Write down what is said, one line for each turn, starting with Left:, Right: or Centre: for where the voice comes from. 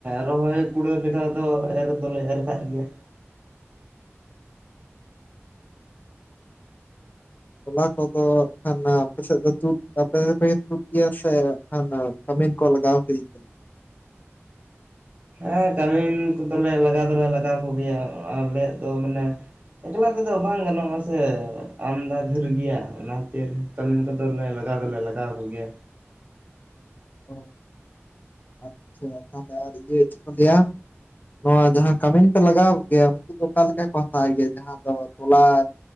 Right: ᱨᱚᱦᱚᱭ ᱠᱩᱲᱟᱹᱣ ᱞᱮᱠᱟ ᱫᱚ ᱮᱨ ᱫᱚᱞᱮ ᱮᱨ ᱠᱟᱜ ᱜᱮᱭᱟ᱾
Left: ᱛᱚᱞᱟ ᱠᱚᱫᱚ ᱦᱟᱜᱠᱷᱟᱱ ᱟᱯᱮ ᱥᱮᱫ ᱫᱚ ᱛᱩᱫ ᱟᱯᱮ ᱜᱮᱯᱮ ᱛᱩᱫ ᱜᱮᱭᱟ ᱥᱮ ᱠᱷᱟᱱ ᱠᱟᱹᱢᱤᱱ ᱠᱚ ᱞᱟᱜᱟᱣ ᱦᱩᱭ ᱠᱟᱱᱟ᱾
Right: ᱦᱮᱸ ᱠᱟᱹᱢᱤᱱ ᱠᱚᱫᱚ ᱞᱮ ᱞᱟᱜᱟᱣ ᱫᱚᱞᱮ ᱞᱟᱜᱟᱣ ᱠᱚ ᱜᱮᱭᱟ ᱦᱟᱜ ᱟᱞᱮᱭᱟᱜ ᱫᱚ ᱢᱟᱱᱮᱼᱼ ᱮᱠᱞᱟ ᱛᱮᱫᱚ ᱵᱟᱝ ᱜᱟᱱᱚᱜᱼᱟ ᱥᱮ ᱟᱢᱫᱟ ᱫᱷᱮᱨ ᱜᱮᱭᱟ ᱚᱱᱟ ᱠᱷᱟᱹᱛᱤᱨ ᱠᱟᱹᱢᱤᱱ ᱠᱚᱫᱚᱞᱮ ᱞᱟᱜᱟᱣ ᱫᱚᱞᱮ ᱞᱟᱜᱟᱣ ᱠᱚᱜᱮᱭᱟ᱾
Left: ᱚ᱾ ᱟᱪᱪᱷᱟ ᱟᱨ ᱤᱭᱟᱹ ᱪᱮᱫ ᱠᱚ ᱞᱮᱭᱟᱼᱼ ᱱᱚᱣᱟ ᱡᱟᱦᱟᱸ ᱠᱟᱹᱢᱤᱱ ᱯᱮ ᱞᱟᱜᱟᱣ ᱠᱚ ᱜᱮᱭᱟ ᱩᱱᱠᱩ ᱫᱚ ᱚᱠᱟ ᱞᱮᱠᱟ ᱠᱚ ᱦᱟᱛᱟᱣ ᱜᱮᱭᱟ ᱡᱟᱦᱟᱸᱼᱼ ᱟᱫᱚ ᱛᱚᱞᱟ